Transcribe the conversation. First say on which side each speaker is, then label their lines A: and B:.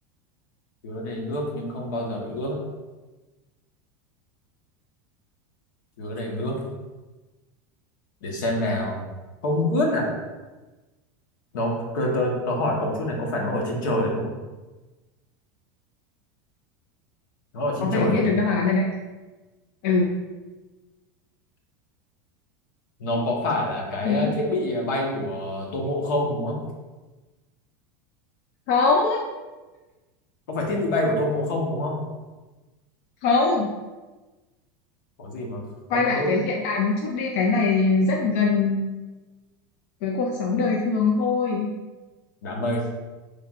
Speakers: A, on the left (about 75°); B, on the left (about 50°).
A: chứa đầy nước nhưng không bao giờ bị ướt chứa đầy nước để xem nào không ướt à nó tớ,
B: À,
A: tớ, tớ hỏi cậu chút này có phải nó ở trên trời đúng không nó ở trên
B: có
A: trời
B: vẻ biết
A: đúng không
B: được đáp án rồi đấy ừ
A: nó có phải là cái
B: ý
A: ờ, thiết bị ờ, bay của Tôn Ngộ không đúng không
B: không
A: có phải thiết bị bay của Tôn Ngộ không đúng không
B: không
A: có gì mà
B: quay
A: không
B: lại
A: đúng
B: với hiện tại một chút đi cái này rất gần với cuộc sống đời thường thôi
A: đám mây